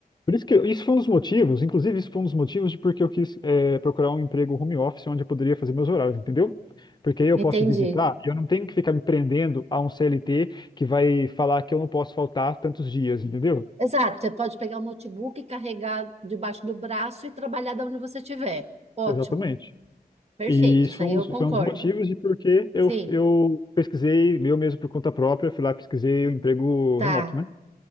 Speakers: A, on the left (about 25°); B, on the right (about 40°).
A: Por isso que eu- isso foi um dos motivos, inclusive isso foi um dos motivos de porque eu quis eh, procurar um emprego home office onde eu poderia fazer meus horários, entendeu? Porque aí eu
B: entendi.
A: posso visitar e eu não tenho que ficar me prendendo a um CLT que vai falar que eu não posso faltar tantos dias, entendeu?
B: Exato, você pode pegar o notebook, carregar debaixo do braço e trabalhar da onde você estiver. Ótimo,
A: Exatamente.
B: perfeito,
A: E isso
B: isso
A: foi
B: aí
A: um
B: eu
A: dos,
B: concordo.
A: foi um dos motivos de porque eu,
B: Sim,
A: eu pesquisei, eu mesmo por conta própria, fui lá e pesquisei o emprego
B: tá,
A: remoto, né?